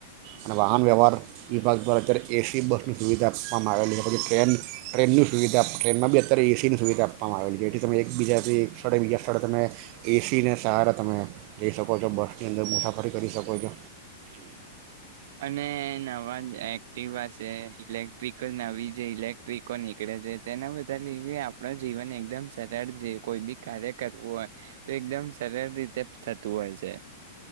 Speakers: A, on the right; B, on the right.
A: અને વાહન વ્યવહાર વિભાગ દ્વારા અત્યારે એસી બસની સુવિધા આપવામાં આવેલી છે પછી ટ્રેન ટ્રેનની સુવિધા ટ્રેનમાં બી અત્યારે એસીની સુવિધા આપવામાં આવેલ છે જેથી તમે એક બીજાથી સ્થળે બીજા સ્થળે તમે એસીને સહારા તમે લઈ શકો છો બસની અંદર મુસાફરી કરી શકો છો
B: અને નવા એક્ટવા છે ઇલેક્ટ્રિક નવી જે ઇલેક્ટ્રિકો નીકળે છે તેના બદ આપણ જીવન એકદમ સરળ જે કોઈ બી કાર્ય કરવું હોય તો એકદમ સરળ રીતે થતું હોય છે